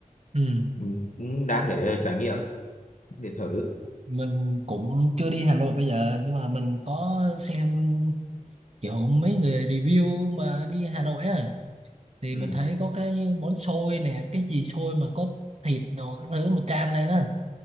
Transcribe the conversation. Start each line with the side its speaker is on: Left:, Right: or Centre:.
Right: ừ,
Left: ừ, cũng đáng để trải nghiệm để thử
Right: mình cũng chưa đi Hà Nội bây giờ nhưng mà mình có xem kiểu mấy người review mà đi Hà Nội á thì
Left: ừ.
Right: mình thấy có cái bón xôi nè cái gì xôi mà có thịt đồ các thứ mà chan lên á